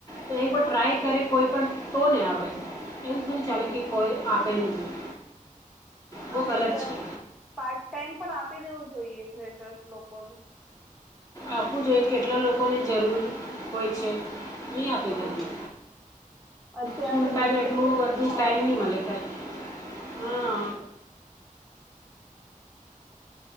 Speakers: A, on the left; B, in the centre.
A: તો એકબાર
B: હા
A: ટ્રાય કરે કોઈ પણ. તો ને આવડે. એમ થોડી ચાલે કે કોઈ આપે જ નહીં. બહુ
B: અને
A: ગલત છે
B: પાર્ટ ટાઈમ પણ આપી દેવું જોઈએ ફ્રેશર લોકોને.
A: આપવું જોઈએ કેટલા લોકોને જરૂર હોય છે નહીં આપે
B: હા.
A: જલ્દી.
B: અત્યારથી
A: ફૂલ ટાઈમ
B: બધું
A: એટલું
B: શીખી લે
A: બધું
B: તો ચાલે
A: ટાઈમ નહીં
B: ને
A: મળે કાઈ
B: હમ.
A: હા.